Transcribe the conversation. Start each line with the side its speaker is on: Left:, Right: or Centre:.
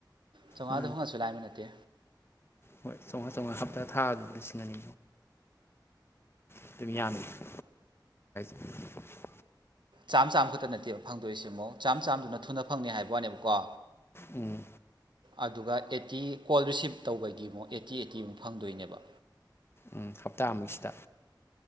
Right: ꯆꯥꯝꯃꯉꯥꯗ
Left: ꯃꯥꯅꯤ
Right: ꯐꯪꯉꯁꯨ ꯂꯥꯏꯕ ꯅꯠꯇꯦ
Left: ꯍꯣꯏ ꯆꯪꯉꯥ ꯆꯪꯉ ꯍꯞꯇꯥ ꯊꯥꯕ ꯑꯗꯨꯗꯤ ꯂꯤꯁꯤꯡꯒꯅꯤ ꯑꯗꯨꯝ ꯌꯥꯃꯤꯗꯨꯗꯤ <unintelligible>
Right: ꯆꯥꯝꯃ ꯆꯥꯝꯃ ꯈꯛꯇ ꯅꯠꯇꯦꯕ ꯐꯪꯗꯣꯏꯁꯤ ꯆꯥꯝ ꯆꯥꯝꯗꯨꯅ ꯊꯨꯅ ꯐꯪꯅꯤ ꯍꯥꯏꯕ ꯋꯥꯅꯦꯕꯀꯣ
Left: ꯎꯝ
Right: ꯑꯗꯨꯒ ꯑꯦꯆ ꯑꯩꯠꯇꯤ ꯀꯣꯜ ꯔꯤꯁꯤꯞ ꯇꯧꯕꯒꯤ ꯑꯃꯨꯛ ꯑꯩꯠꯇꯤ ꯑꯩꯠꯇꯤꯃꯨꯛ ꯐꯪꯗꯣꯏꯅꯦꯕ
Left: ꯎꯝ ꯍꯞꯇꯥꯃꯨꯛꯁꯤꯗ